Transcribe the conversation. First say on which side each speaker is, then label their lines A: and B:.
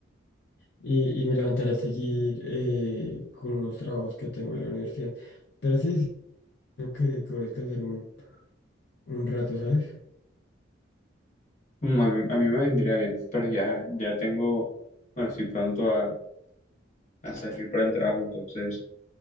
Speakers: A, on the left; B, on the left.
A: y, y me levantaré a seguir eh, con unos trabajos que tengo en la universidad. Pero sí, sí, creo que, que voy a descansar un, un rato, ¿sabes?
B: Mm, a mí, a mí me vendría bien, pero ya, ya tengo, bueno, estoy pronto a, a salir para el trabajo, entonces,